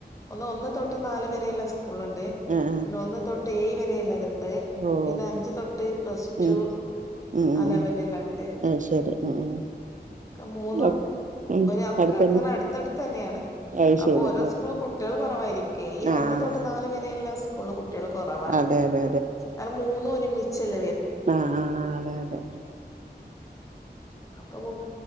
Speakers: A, on the left; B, on the right.
A: ഒന്ന് ഒന്ന് തൊട്ട് നാല് വരെയുള്ള സ് സ്കൂളുണ്ട്
B: ആഹ് ആഹ്
A: പിന്നെ ഒന്ന് തൊട്ട് ഏഴ് വരെയുള്ളതുണ്ട്
B: ഓഹ്
A: പിന്നെ അഞ്ച് തൊട്ട് പ്ലസ്
B: ഉം
A: ടു
B: ഉം ഉം
A: ആ ലെവലിലുണ്ട്
B: ഉം അത് ശരി ഉം ഉം
A: ഒക്കെ മൂന്നും
B: ഒ ഉം
A: ഒനി ഒക്കെ
B: അടുത്തന്നെ
A: അങ്ങനെ അടുത്തടുത്ത് തന്നെയാണ്
B: അത്
A: അപ്പൊ
B: ശരി
A: ഓരോ സ്കൂള് കുട്ടികൾ കുറവായിരിക്കേ ഈ
B: ആഹ്
A: ഒന്ന് തൊട്ട് നാല് വരെയുള്ള സ്കൂള് കുട്ടികൾ കുറവാണ്
B: അതെ അതെ
A: കാരണം മൂന്നുമൊരുമി ചെല്ലേ വ
B: ആഹ ആ അതെ അതെ
A: അപ്പൊ കു